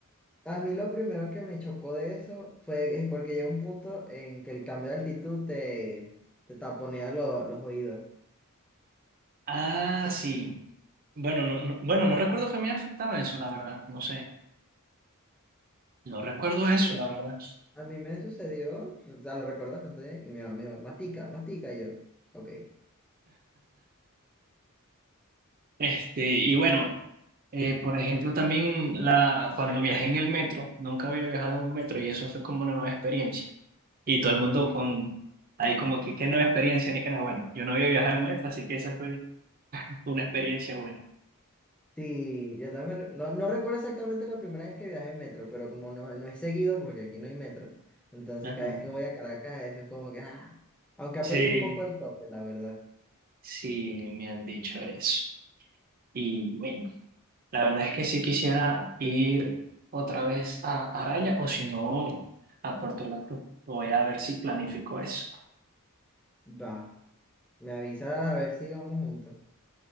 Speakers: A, in the centre; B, on the right (about 40°).
A: A mí lo primero que me chocó de eso fue es porque llega un punto en que el cambio de altitud te, te taponea lo- los oídos.
B: Ah, sí. Bueno, no, no- bueno, no recuerdo que me haya afectado eso, la verdad. No sé. No recuerdo eso,
A: Sí, a
B: la verdad.
A: a mí me sucedió, o sea, lo recuerdo bastante bien, y mi mamá me dijo, mastica, mastica, y yo, ok.
B: Este, y bueno, eh, por ejemplo, también la, cuando viajé en el metro, nunca había viajado en un metro y eso fue como una nueva experiencia. Y todo el mundo con, ahí como que, qué nueva experiencia, ni que nada. Bueno, yo no había viajado en metro, así que esa fue Una experiencia buena.
A: Sí, yo también, re- no, no recuerdo exactamente la primera vez que viajé en metro, pero como no, no es seguido, porque aquí no hay metro, entonces
B: Ajá.
A: cada vez que voy a Caracas, eso es como que, ah, aunque ha
B: Sí,
A: perdido un poco el toque, la verdad.
B: sí, me han dicho eso. Y bueno, la verdad es que sí quisiera ir otra vez a Araya o si no, a Puerto La Cruz. Voy a ver si planifico eso.
A: Va, me avisas a ver si vamos juntos.